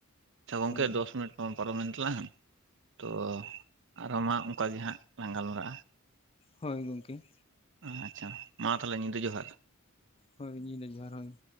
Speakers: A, on the right; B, on the left.
A: ᱟᱪᱪᱷᱟ ᱜᱚᱝᱠᱮ
B: ᱦᱳᱭ
A: ᱫᱚᱥ ᱢᱤᱱᱤᱴ ᱯᱟᱨᱚ ᱢᱤᱱᱤᱴ ᱛᱟᱞᱟᱝ᱾ ᱛᱚ ᱟᱨᱚ ᱢᱟ ᱚᱱᱠᱟᱟᱜ ᱜᱮ ᱦᱟᱸᱜ ᱞᱟᱸᱝ ᱜᱟᱞᱢᱟᱨᱟᱜᱼᱟ᱾
B: ᱦᱳᱭ ᱜᱚᱢᱠᱮ᱾
A: ᱟᱪᱪᱷᱟ ᱢᱟ ᱛᱟᱦᱚᱞᱮ ᱧᱤᱫᱟᱹ ᱡᱚᱦᱟᱨ᱾
B: ᱦᱳᱭ ᱧᱤᱫᱟᱹ ᱡᱚᱦᱟᱨ ᱦᱳᱭ᱾